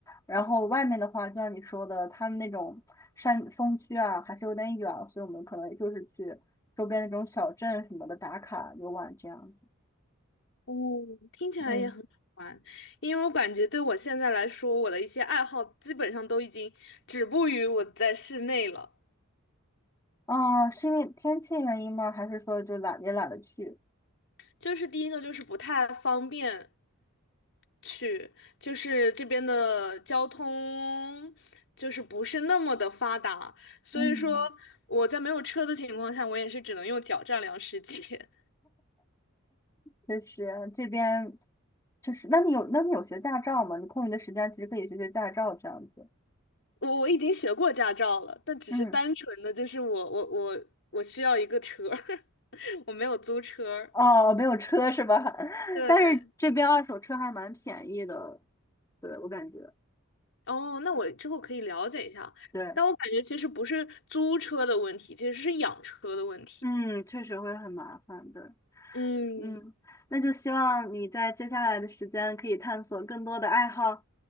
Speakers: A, on the left; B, on the left.
A: 然后外面的话，就像你说的，他们那种山风区啊，还是有点远，所以我们可能就是去周边那种小镇什么的打卡游玩这样子。
B: 哦，听起来也很好玩，
A: 嗯，
B: 因为我感觉对我现在来说，我的一些爱好基本上都已经止步于我在室内了。
A: 啊，是因为天气原因吗？还是说就懒也懒得去？
B: 就是第一个就是不太方便，去，就是这边的交通就是不是那么的发达，所以说
A: 嗯。
B: 我在没有车的情况下，我也是只能用脚丈量世界。
A: 确实这边确实，那你有那你有学驾照吗？你空余的时间其实可以学学驾照这样子。
B: 我我已经学过驾照了，但只是单纯的就是我我我我需要一个车儿
A: 嗯，
B: <laughs> 我没有租车儿
A: 哦，没有车是吧？<laughs>
B: 对，
A: 但是这边二手车还蛮便宜的，对，我感觉。
B: 哦，那我之后可以了解一下，
A: 对。
B: 但我感觉其实不是租车的问题，其实是养车的问题。
A: 嗯，确实会很麻烦的。
B: 嗯
A: 嗯，那就希望你在接下来的时间可以探索更多的爱好。